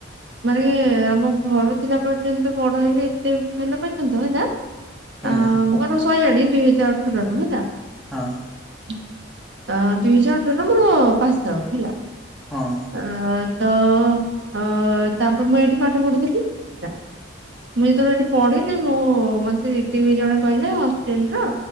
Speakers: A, on the right; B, in the centre.
A: ମାନେ ଆମ ଘରୁ ଥିଲା ପର୍ଯ୍ୟନ୍ତ ବଡ ହେଲେ ଏତେ ହେଲା ପର୍ଯ୍ୟନ୍ତ ହେଲା ଅ
B: ହୁଁ
A: ମୋର ସଇଆଣି ଦୁଇ ହଜାର ଅଠରରୁ ହେଲା
B: ହଁ।
A: ଅ ଦୁଇ ହଜାର ଠାରୁ ମୋର ପାସ୍ ଆଉଟ୍ ହେଲା।
B: ହଁ।
A: ଅ ତ ଅ ତାପରେ ମୁଁ ଏଇଠି ପାଠ ପଢୁଥିଲି <unintelligible> ମୁଁ ଯେତବଳେ ଏଠି ପଢିଲି ମୁଁ ମତେ ଦି ଜଣ କହିଲେ ହଷ୍ଟେଲ୍ ର